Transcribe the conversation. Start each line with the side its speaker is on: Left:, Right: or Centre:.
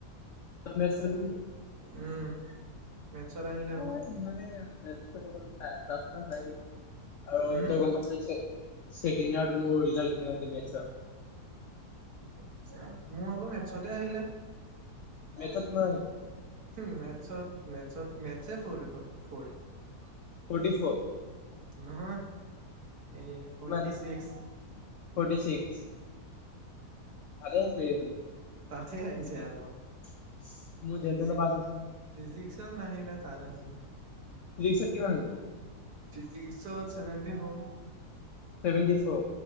Left: তই মেথছ ললি নি?
Right: উম। মেথছত আহিলে আকৌ
Left: অ মানে মেৰুত টান নাই নেকি? আৰু
Right: হম
Left: তই গম পাইছ চো চেকেণ্ডয়াৰত মোৰ ৰিজাল্ট কেনেকুৱা হৈছে মথচত
Right: আচছা মোৰ আকৌ মেথচতে আহিলে
Left: মেথছত
Right: মেথছত
Left: কিমান আহিল
Right: মেথচত মেথতছে ফৰ দেখোন ফৌৰ্থ
Left: ফৰ্টি ফৰ
Right: নহয় এই ফটি
Left: কিমান
Right: চিক্স
Left: ফৰ্টি ছিক্স ভালে হৈছিলে চোন
Right: তাতে আহিছে আকৌ
Left: <unintelligible>
Right: ফি
Left: পাছ হৈছে
Right: ফিজিক্সত নাহিলে তাত আহিলে
Left: ফ্ৰিক্সত কিমান আহিলে
Right: physics seventy four
Left: seventy four